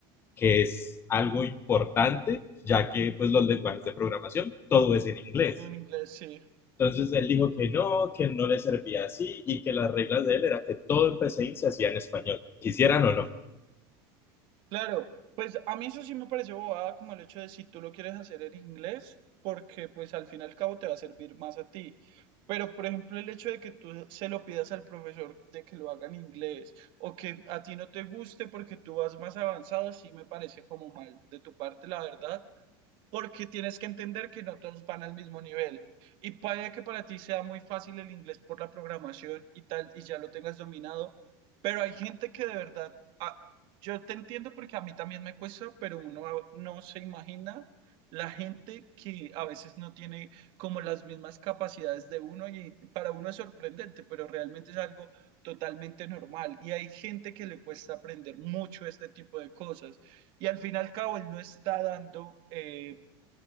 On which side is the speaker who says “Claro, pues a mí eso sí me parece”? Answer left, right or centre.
Right